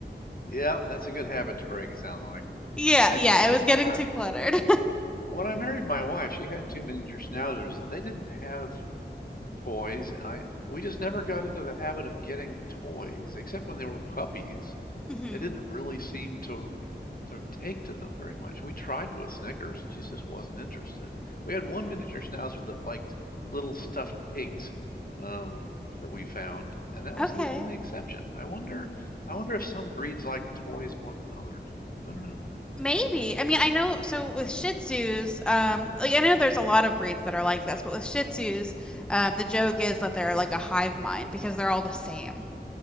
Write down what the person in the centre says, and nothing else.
Yeah,
yeah,
it was getting
too cluttered. <laughs>
hmm
Okay.
Maybe. I mean, I know so with Shih Tzus, um like I know there's a lot of breeds that are like this, but with Shih Tzus, um the joke is that they're like a hive mind because they're all the same.